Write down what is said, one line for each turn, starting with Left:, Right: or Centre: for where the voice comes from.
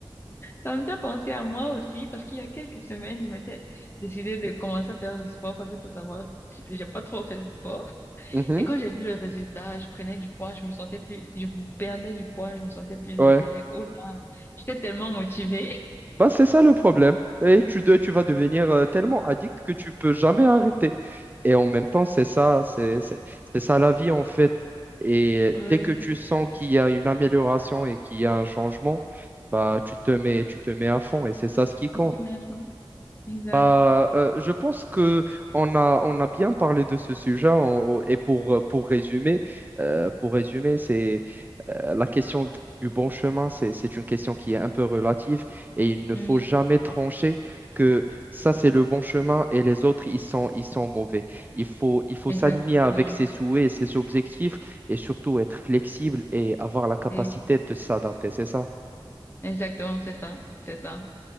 Left: ça me fait penser à moi aussi parce qu'il y a quelques semaines, je m'étais décidée de commencer à faire du sport parce qu'il faut savoir, j'ai pas trop fait du sport.
Right: Mhm.
Left: Et quand
Right: Mhm.
Left: j'ai vu le résultat, je prenais du poids, je me sentais plus, je perdais du poids, je me sentais plus légère.
Right: Ouais.
Left: Oh là, j'étais tellement motivée.
Right: Bah, c'est ça le problème. Et tu, de- tu vas devenir euh, tellement addict que tu peux jamais arrêter. Et en même temps, c'est ça, c'est, c'est, c'est ça la vie en fait. Et
Left: Oui.
Right: dès que tu sens qu'il y a une amélioration et qu'il y a un changement, bah, tu te mets, tu te mets à fond. Et c'est ça ce qui compte.
Left: C'est une erreur. Exact.
Right: Bah, euh, je pense que on a, on a bien parlé de ce sujet on- et pour, pour résumer, euh, pour résumer, c'est euh, la question du du bon chemin, c'est, c'est une question qui est un peu relative et il ne
Left: Oui,
Right: faut jamais trancher que ça c'est le bon chemin et les autres ils sont, ils sont mauvais. Il faut, il faut
Left: exactement.
Right: s'aligner avec ses souhaits et ses objectifs et surtout être flexible et avoir la capacité
Left: Et-
Right: de s'adapter, c'est ça?
Left: Exactement, c'est ça. C'est ça.